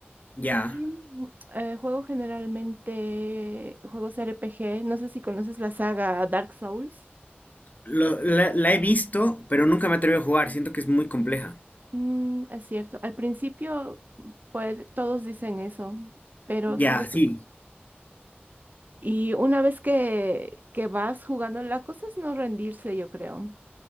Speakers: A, on the left (about 45°); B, on the right (about 45°).
A: Ya.
B: Y, mm, eh, juego generalmente juegos RPG. No sé si conoces la saga Dark Souls.
A: Lo- la, la he visto, pero nunca me atreví a jugar. Siento que es muy compleja.
B: Mm, es cierto. Al principio, pues todos dicen eso, pero
A: Ya,
B: sabes,
A: sí.
B: y una vez que, que vas jugando, la cosa es no rendirse, yo creo.